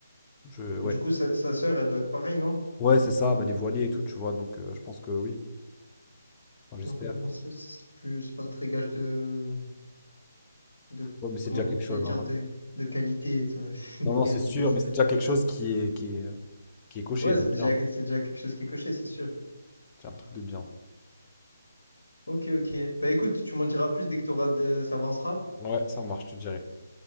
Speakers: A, on the left (about 20°); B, on the left (about 75°).
A: je, ouais,
B: du coup, sa, sa sœur, elle doit être pareille, non?
A: ouais, c'est ça, bah dévoilée et tout, tu vois. Donc, euh, je pense que oui, Enfin, j'espère.
B: Après, bon, c'est c'est plus, c'est pas très gage de, de,
A: Ouais, mais c'est
B: comment
A: déjà quelque chose.
B: j'allais dire,
A: hein.
B: de, de qualité. ça. <laughs> C'est
A: Non,
B: dingue
A: non, c'est
B: de
A: sûr,
B: dire ça.
A: mais c'est déjà quelque chose qui est, qui est, qui est coché.
B: Ouais,
A: Donc,
B: c'est déjà,
A: bien,
B: c'est déjà quelque chose qui est coché, c'est sûr.
A: c'est un truc de bien.
B: Ok, ok. Bah écoute, tu m'en diras plus dès que t'auras de, ça avancera.
A: Ouais, ça marche, je te dirai.